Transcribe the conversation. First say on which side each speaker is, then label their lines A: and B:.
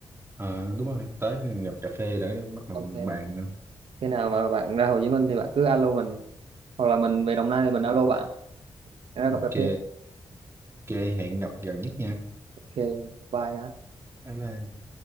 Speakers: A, on the right (about 25°); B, on the right (about 75°).
A: à, đúng rồi tới gặp cà phê để bắt đầu
B: Ok.
A: bàn
B: Khi nào mà bạn ra Hồ Chí Minh thì bạn cứ alo mình. Hoặc là mình về Đồng Nai thì mình alo bạn. Ra gặp
A: ok
B: cà phê.
A: ok hẹn gặp gần nhất nha
B: Ok. Bye ha.
A: bye bye